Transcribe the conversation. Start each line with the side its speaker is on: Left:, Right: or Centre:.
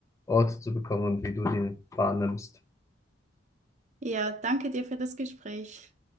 Left: Orte zu bekommen und wie du die wahrnimmst.
Right: Ja, danke dir für das Gespräch.